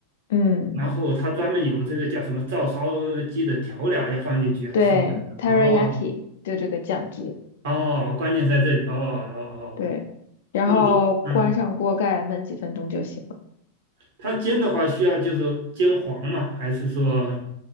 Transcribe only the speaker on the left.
嗯，
对，teriyaki
就这个酱汁，
对，然后关上锅盖焖几分钟就行了。